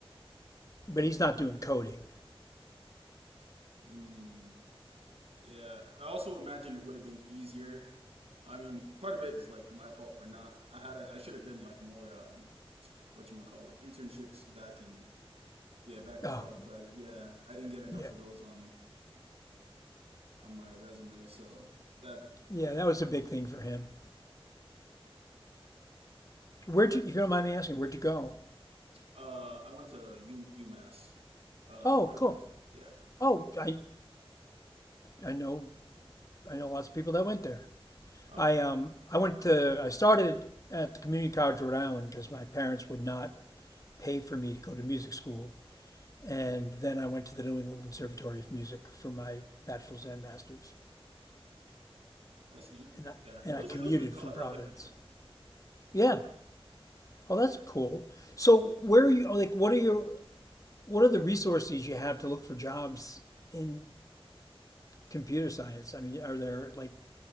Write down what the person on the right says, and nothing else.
Mm, yeah. I also imagine it would have been easier. I mean, part of it is like my fault for not. I had I, I should have done like more um whatchamacallit internships back in yeah, back
in college, but I yeah, I didn't get enough
of those on on my resume. So that
uh I went to U UMass, uh
Dartmouth.
Yeah.
Oh,
that's neat.
Yeah.
It was
it was a good college.
I liked it there.